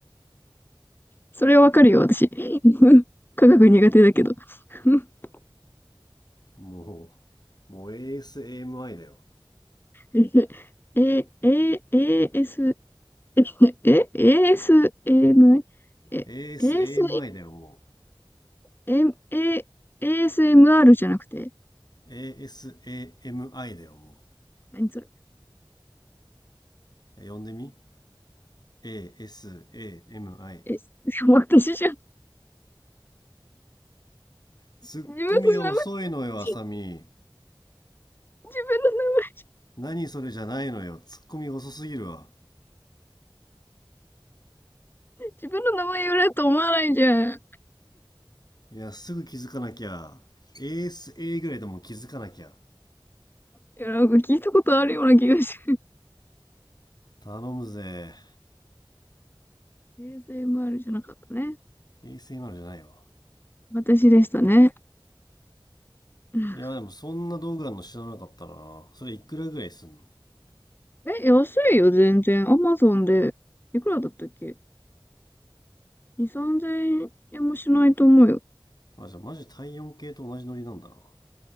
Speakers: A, on the left; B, on the left.
A: それはわかるよ、私。<laughs> 科学苦手だけど。<laughs>
B: もう、もう ASAMI だよ。
A: え、え、え、AS、S え、ASM、え、AS、エムえ、エーエス
B: ASAMI だよ、も
A: エムえ、ASMR じゃなくて、
B: う。ASAMI だよ、もう。
A: 何それ。
B: 呼んでみ ?ASAMI。
A: え、<laughs> 私じゃん、
B: ツッコミが遅いのよ、
A: 自分の名前、自
B: あさみ。
A: 分の名前、
B: 何それじゃないのよ。ツッコミが遅すぎるわ。
A: 自分の名前言われると思わないじゃん。い
B: いや、すぐ気づかなきゃ。ASA ぐらいでも気づかなきゃ。
A: や、なんか聞いたことあるような気がし
B: 頼むぜ。
A: て。<laughs> ASMR じゃなかったね。
B: a s m i じゃないわ。
A: 私でしたね。<laughs>
B: いや、でもそんな道具あるの知らなかったな。それいくらぐらいすんの
A: え、安いよ、全然。アマゾンで。いくらだったっけ ?2、3000円もしないと思うよ。
B: あ、じゃあマジ体温計と同じノリなんだな。